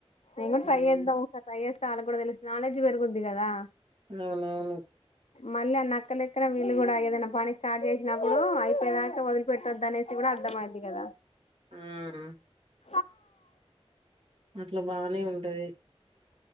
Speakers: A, on the left; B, on the right.
A: నేను కూడా
B: అవును
A: ట్రై చేద్దాం ఒకసారి ట్రై చేస్తే వాళ్ళకి కూడా తెలుస్త నాలెడ్జ్ పెరుగుద్ది కదా
B: అవునవును.
A: మళ్ళీ అనక్ క్కలెక్కన వీళ్ళు కూడా ఏదన్నా పని స్టార్ట్ చేసినప్పుడు అయిపోయేదాకా వదిలిపెట్టొద్దనేసి కూడా అర్థమయ్యిద్ది కదా <inaudible>
B: ఉమ్ అట్లా బానే ఉంటది